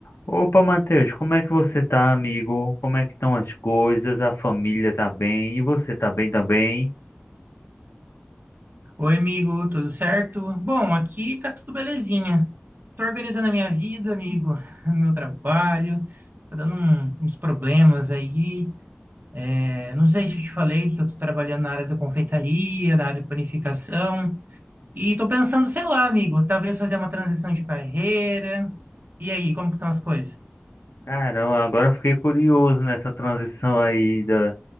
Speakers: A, on the left; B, on the right.
A: Opa, Matheus, como é que você tá, amigo? Como é que estão as coisas? A família tá bem? E você tá bem também?
B: Oi, amigo, tudo certo? Bom, aqui tá tudo belezinha. Tô organizando a minha vida, amigo, <laughs> meu trabalho, tá dando um- uns problemas aí. É, não sei se eu te falei que eu tô trabalhando na área da confeitaria, na área de panificação, e tô pensando, sei lá, amigo, talvez fazer uma transição de carreira. E aí, como que estão as coisas?
A: Caramba, agora eu fiquei curioso nessa transição aí da